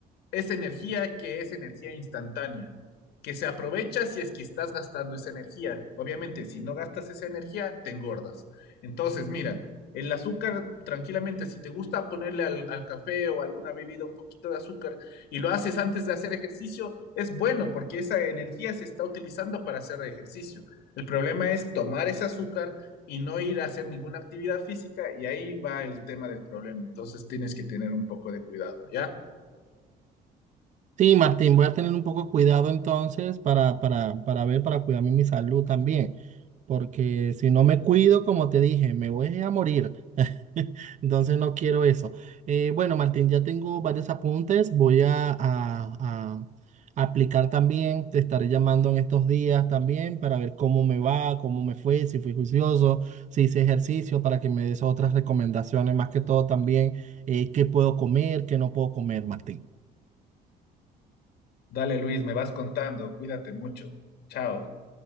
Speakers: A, on the left; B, on the right.
A: esa energía que es energía instantánea, que se aprovecha si es que estás gastando esa energía. Obviamente, si no gastas esa energía, te engordas. Entonces, mira, el azúcar, tranquilamente, si te gusta ponerle al, al café o alguna bebida un poquito de azúcar y lo haces antes de hacer ejercicio, es bueno porque esa energía se está utilizando para hacer ejercicio. El problema es tomar ese azúcar y no ir a hacer ninguna actividad física y ahí va el tema del problema. Entonces tienes que tener un poco de cuidado, ¿ya?
B: Sí, Martín, voy a tener un poco cuidado entonces para, para, para ver, para cuidarme mi salud también. Porque si no me cuido, como te dije, me voy a morir. <laughs> Entonces no quiero eso. Eh, bueno, Martín, ya tengo varios apuntes. Voy a, a- a aplicar también. Te estaré llamando en estos días también para ver cómo me va, cómo me fue, si fui juicioso, si hice ejercicio, para que me des otras recomendaciones, más que todo también, eh, qué puedo comer, qué no puedo comer, Martín.
A: Dale, Luis, me vas contando. Cuídate mucho. Chao.